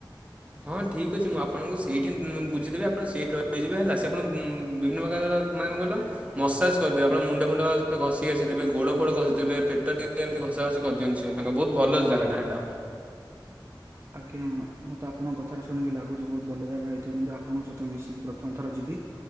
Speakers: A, on the right; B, on the right.
A: ହଁ ଠିକ୍ ଅଛି ମୁଁ ଆପଣଙ୍କୁ ସେଇଠି ମୁ ବୁଝିଦେବି ଆପଣ ସେଇଠି ରହିଯିବେ ହେଲା ସେ ଆପଣ ମୁ ବିଭିନ୍ନ ପ୍ରକାରର ମାନେ କଣ କହିଲ? ମସାଜ କରିଦେବେ ଆପଣ ମୁଣ୍ଡ ଫୁଣ୍ଡ ଘଷି ଘାସି ଦେବେ ଗୋଡ ଫୋଡ ଘସି ଦେବେ ପେଟ ଟିକେ ଏମିତି ଘସା ଘଷି କହିଦିଅନ୍ତି ସେ ତାଙ୍କ ବହୁତ ଭଲ ଜାଗାଟା ହେଇଟା।
B: ଆଜ୍ଞା ମୋତେ ଆପଣଙ୍କ କଥାରେ ଶୁଣିକି ଲାଗୁଛି ବହୁତ ଭଲ ଜାଗା ହେଇଥିବ ଆପଣଙ୍କ ସହିତ ମିଶିକି ପ୍ରଥମ ଥର ଯିବି।